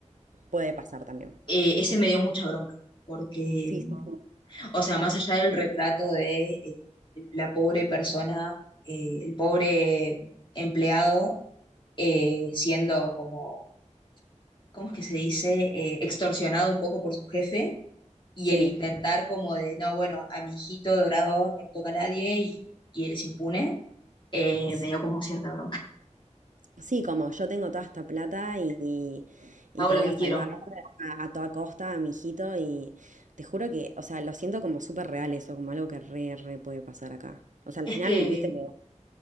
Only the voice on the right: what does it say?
puede pasar también.
Sí, sí, sí.
Sí,
s-
sí, como yo tengo toda esta plata y, y
te
voy
a salvar
a, a toda costa, a mi hijito, y te juro que, o sea, lo siento como súper real eso, como algo que re, re puede pasar acá. O sea, al
final,
viste que